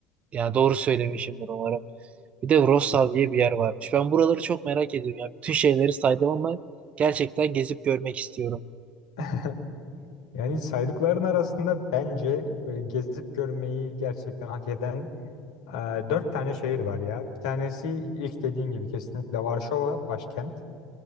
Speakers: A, on the right; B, on the left.
A: Yani doğru söylemişimdir umarım. Bir de Wrocław
B: Olur.
A: diye bir yer varmış. Ben buraları çok merak ediyorum ya. Bütün şeyleri saydım ama gerçekten gezip görmek istiyorum.
B: <laughs> Yani saydıkların arasında bence böyle gezip görmeyi gerçekten hak eden e, dört tane şehir var ya. Bir tanesi ilk dediğin gibi kesinlikle Varşova başkent.